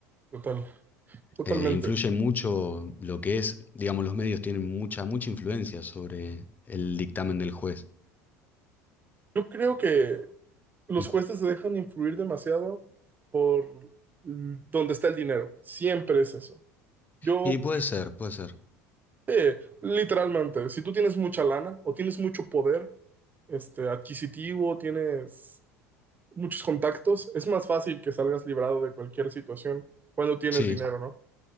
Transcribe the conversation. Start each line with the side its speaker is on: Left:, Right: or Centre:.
Right: total, totalmente.
Left: Eh, influye mucho lo que es, digamos, los medios tienen mucha, mucha influencia sobre el dictamen del juez.
Right: Yo creo que los
Left: Mm.
Right: jueces se dejan influir demasiado por mm, dónde está el dinero. Siempre es eso. Yo,
Left: Y puede ser, puede ser.
Right: eh, literalmente, si tú tienes mucha lana o tienes mucho poder este, adquisitivo, tienes muchos contactos, es más fácil que salgas librado de cualquier situación cuando tienes
Left: Sí.
Right: dinero, ¿no?